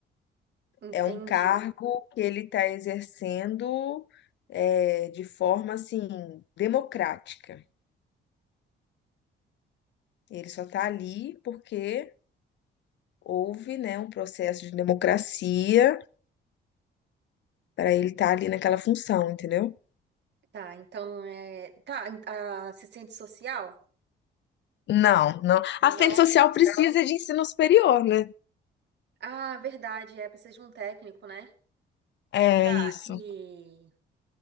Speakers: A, on the right; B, on the left.
A: entendi.
B: É um cargo que ele está exercendo é, de forma assim democrática. Ele só está ali porque houve, né, um processo de democracia para ele estar ali naquela função, entendeu?
A: Tá, então não é. Tá, a assistente social?
B: Não, não.
A: Não.
B: Assistente social precisa de ensino superior, né?
A: Ah, verdade, é, precisa de um técnico, né?
B: É,
A: Tá,
B: é isso.
A: e